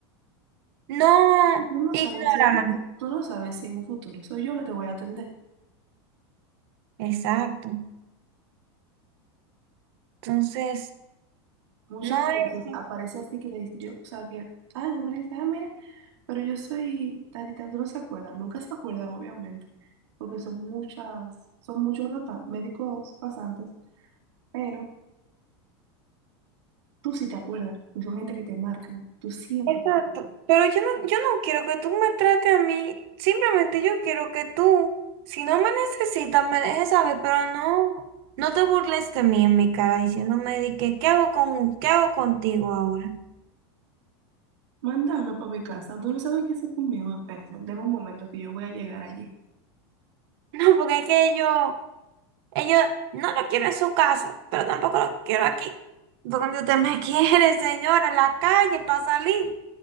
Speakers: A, on the right; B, on the right.
A: no
B: Y Tú no
A: ignorar.
B: sabes si, al- tú no sabes si en un futuro soy yo que te voy a atender.
A: Exacto. Entonces,
B: Muchas
A: no
B: veces
A: es...
B: aparece así que te dice, yo, o sea, que, ah, en emergencia, ah, mire, pero yo soy tantita, tú no se acuerdan, nunca se acuerdan, obviamente, porque son muchas, son muchos rota- médicos pasantes, pero. Tú sí te acuerdas, porque son gente que te marcan. Tú siempre
A: Exacto.
B: te vas a acordar.
A: Pero yo no, yo no quiero que tú me trates a mí. Simplemente yo quiero que tú, si no me necesitas, me dejes saber, pero no, no te burles de mí en mi cara diciéndome de que, ¿qué hago con, qué hago contigo ahora? <laughs>
B: Mándame para mi casa. Tú no sabes qué hacer conmigo, espérese. Deme un momento que yo voy a llegar allí.
A: No, porque es que yo, ellos no lo quiero en su casa, pero tampoco lo quiero aquí. Donde usted me <laughs> quiere, señora, en la calle para salir.